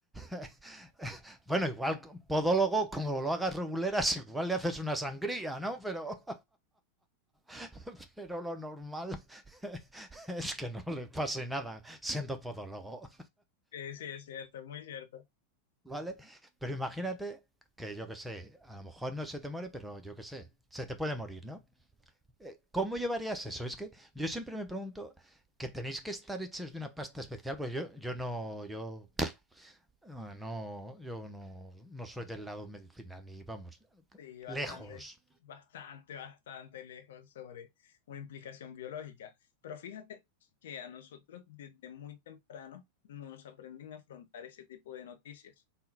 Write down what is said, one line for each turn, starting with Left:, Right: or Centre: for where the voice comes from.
Centre: <laughs> bueno, igual podólogo, como lo hagas reguleras, igual le haces una sangría, ¿no? Pero, <laughs> pero lo normal <laughs> es que no le pase nada siendo podólogo.
Left: sí, sí, es cierto, es muy cierto.
Centre: ¿vale? Pero imagínate que yo que sé, a lo mejor no se te muere, pero yo que sé, se te puede morir, ¿no? Eh, ¿Cómo llevarías eso? Es que yo siempre me pregunto que tenéis que estar hechos de una pasta especial, porque yo, yo no, yo eh, no, yo no, no soy del lado medicina, ni vamos,
Left: Sí, bastante,
Centre: lejos.
Left: bastante, bastante lejos sobre una implicación biológica. Pero fíjate que a nosotros desde muy temprano nos aprenden a afrontar ese tipo de noticias